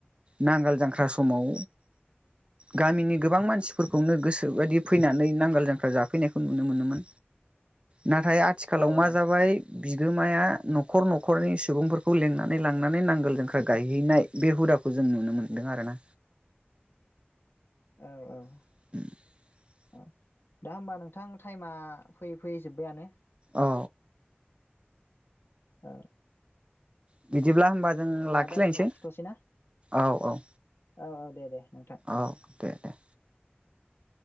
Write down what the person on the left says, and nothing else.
औ औ
औ औ
औ दा होमबा नोंथां टाइमा फैयै फैयै जोब्बायानो
औ
दा जों लाखिथ'सै ना
औ औ दे दे नोंथां